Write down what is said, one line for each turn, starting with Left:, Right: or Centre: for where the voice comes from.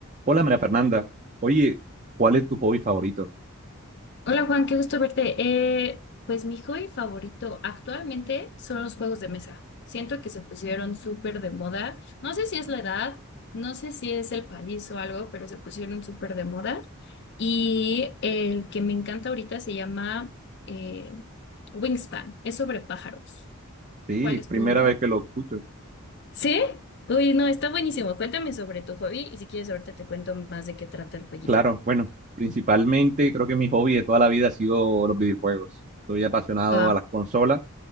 Right: Hola María Fernanda, oye, ¿cuál es tu hobby favorito?
Left: Hola Juan, qué gusto verte. Eh, pues mi hobby favorito actualmente son los juegos de mesa. Siento que se pusieron súper de moda. No sé si es la edad, no sé si es el país o algo, pero se pusieron súper de moda. Y el que me encanta ahorita se llama eh, Wingspan. Es sobre pájaros.
Right: Sí,
Left: ¿Cuál es
Right: primera
Left: tu...?
Right: vez que lo escucho.
Left: ¿Sí? Uy, no, está buenísimo. Cuéntame sobre tu hobby y si quieres ahorita te cuento más de qué trata el jueguito.
Right: Claro, bueno, principalmente creo que mi hobby de toda la vida ha sido los videojuegos. Soy apasionado
Left: Ah,
Right: a las consolas